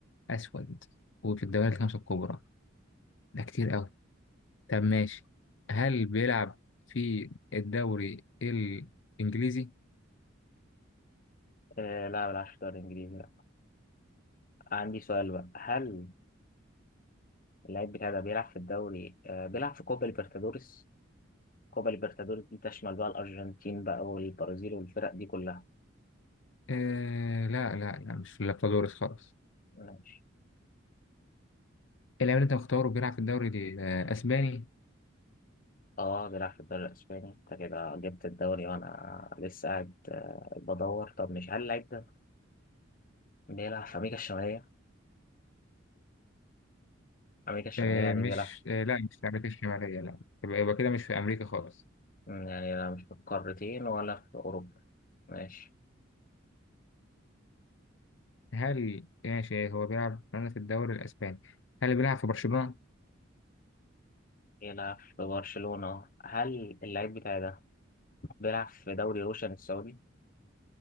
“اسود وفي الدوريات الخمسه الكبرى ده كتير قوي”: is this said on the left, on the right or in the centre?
Left